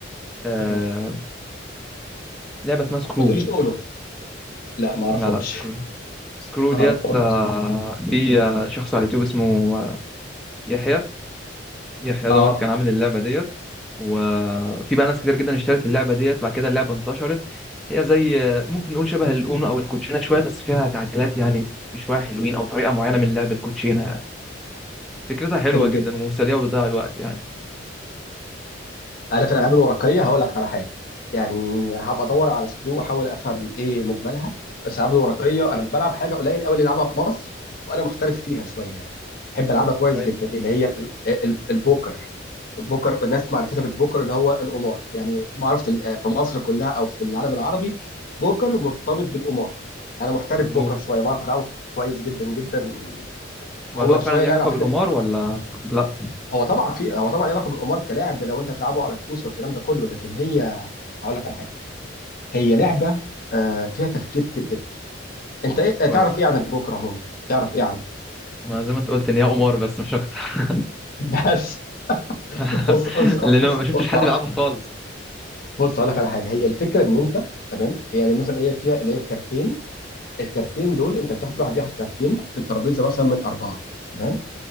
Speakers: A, in the centre; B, on the left.
A: آه،
B: ايه هو
A: لعبه اسمها سكرو
B: ما تقوليش اولو لا ما
A: لا
B: اعرفهاش
A: لا سكرو
B: <laughs>
A: سكرو
B: ما
A: ديت
B: اعرفهاش
A: آه، في آه، شخص على اليوتيوب اسمه آه، يحيى يحيى
B: اه
A: دوت كان عامل اللعبة ديت وفي بقى ناس كتير جدا اشترت اللعبة ديت وبعد كده اللعبة انتشرت هي زي ممكن نقول شبه الأونو أو الكوتشينة شوية بس فيها تعديلات يعني في شوية حلوين أو طريقة معينة من لعب الكوتشينة يعني فكرتها حلوة
B: حلو
A: جدا
B: جدا
A: ومسلية وبتضيع الوقت يعني
B: انا في الالعاب الورقيه هقول لك على حاجه يعني هبقى ادور على سكرو واحاول افهم ايه مجملها بس الالعاب الورقيه انا بلعب حاجه قليل قوي اللي يلعبها في مصر وانا محترف فيها شويه يعني بحب العبها كويس
A: كويس
B: جدا اللي هي ال- ال- البوكر والبوكر الناس معرفتها بالبوكر اللي هو القمار يعني معرفه ال- آه، في مصر كلها او في العالم العربي بوكر مرتبط بالقمار انا محترف
A: مظبوط
B: بوكر شويه بعرف العبه كويس جدا جدا
A: وهل
B: وهو
A: هو فعلا
B: شويه
A: ليه
B: لعبه
A: علاقة
B: على
A: بالقمار
B: فكره
A: ولا لا
B: هو طبعا في هو طبعا ليه علاقه بالقمار كلاعب لو انت هتلعبه على فلوس والكلام ده كله لكن هي هقول لك على حاجه هي لعبه آه، فيها تفكير كتير جدا انت ايه
A: كويس
B: آه، تعرف ايه عن البوكر عموما تعرف ايه عنه
A: ما زي ما انت قلت ان هي قمار بس مش اكتر
B: <laughs> بس
A: <laughs>
B: بص بص
A: لان
B: بص
A: ما شفتش
B: بص
A: حد بيلعبها خالص
B: بص هقول لك على حاجه هي الفكره ان انت تمام يعني مثلا هي فيها اللي هي الكارتين الكارتين دول انت بتاخد كل واحد بياخد كارتين في الترابيزه مثلا من اربعه تمام